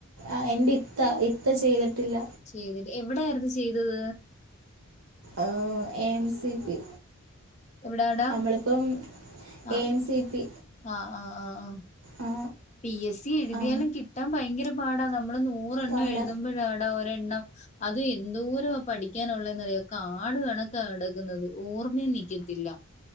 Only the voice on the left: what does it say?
ചെയ്തി് എവിടെയായിരുന്നു ചെയ്തത്
എവിടാടാ
ആ
ആഹ് ആഹ് ആഹ് ആഹ്
പി എസ് സി എഴുതിയാലും
കിട്ടാൻ ഭയങ്കര പാടാ നമ്മള് നൂറെ എണ്ണം
എഴുതുമ്പോഴാടാ ഒരെണ്ണം അത് എന്തോര ആ പഠിക്കാനുള്ളെന്നറിയക്കെ ആട്കണ കടക്കുന്നത് ഓർമ്മയും നിൽക്കത്തില്ല